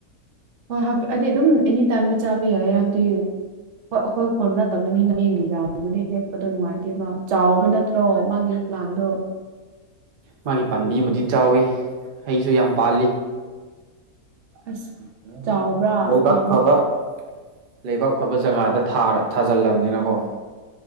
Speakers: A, on the right; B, on the right.
A: ꯍꯣꯏ ꯍꯥꯏꯗꯤ ꯑꯗꯨꯝ ꯑꯦꯅꯤ ꯇꯥꯏꯝꯗ ꯆꯥꯕ ꯌꯥꯏ ꯌꯥꯗꯤ ꯍꯣꯏ ꯑꯩꯈꯣꯏ ꯈꯨꯣꯟ ꯅꯠꯇꯕꯅꯤꯅ ꯃꯤꯡꯒꯤꯖꯥꯗꯨꯗꯤ ꯍꯦꯛꯄꯗꯣ ꯅꯨꯡꯉꯥꯏꯇꯦꯕ ꯆꯥꯎꯕ ꯅꯠꯇ꯭ꯔꯣ ꯃꯥꯒꯤ ꯄ꯭ꯂꯥꯟꯗꯣ
B: ꯃꯥꯒꯤ ꯄꯥꯝꯕꯤꯕꯨꯗꯤ ꯆꯥꯎꯋꯤ ꯑꯩꯁꯨ ꯌꯥꯝ ꯄꯥꯜꯂꯤ
A: ꯑꯁ ꯆꯥꯎꯕ꯭ꯔꯥ
B: ꯂꯩꯕꯥꯛ
A: ꯀꯌꯥꯃꯨꯛ
B: ꯐꯕ ꯂꯩꯕꯥꯛ ꯐꯕ ꯖꯒꯥꯗ ꯊꯥꯖꯤꯜꯂꯝꯕꯅꯤꯅꯀꯣ